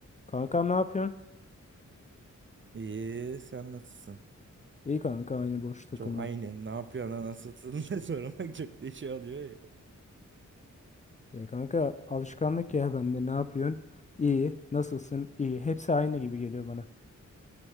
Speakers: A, on the left; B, on the right.
A: Kankam ne yapıyorsun?
B: İyi, sen nasılsın?
A: İyi kanka aynı boş takılmaca.
B: Çok aynı. Ne yapıyorsun, nasılsın <laughs> diye sormak çok da şey alıyor ya.
A: E kanka alışkanlık ya bende ne yapıyorsun? İyi. Nasılsın? İyi. Hepsi aynı gibi geliyor bana.